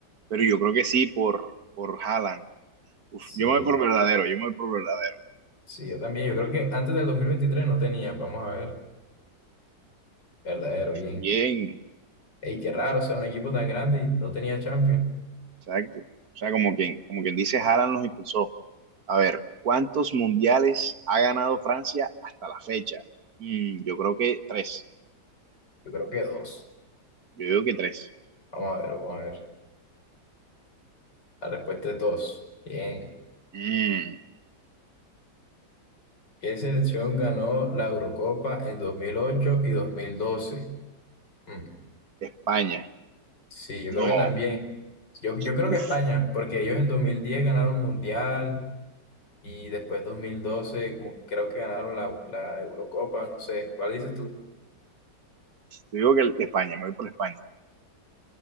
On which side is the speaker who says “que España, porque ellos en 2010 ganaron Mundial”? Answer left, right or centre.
Left